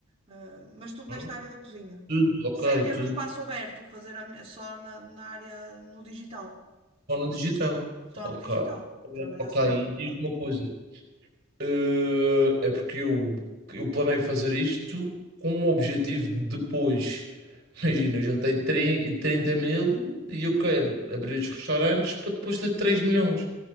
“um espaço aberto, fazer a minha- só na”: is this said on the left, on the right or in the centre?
Right